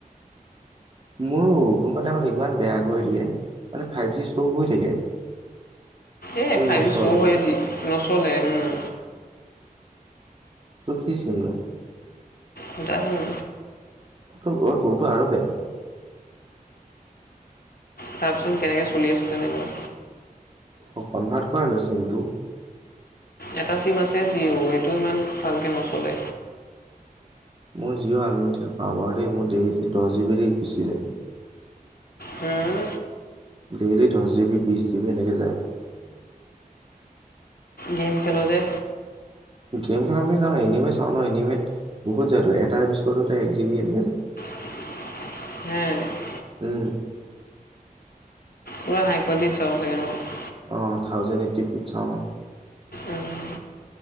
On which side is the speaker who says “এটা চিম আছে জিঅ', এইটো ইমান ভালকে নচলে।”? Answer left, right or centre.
Left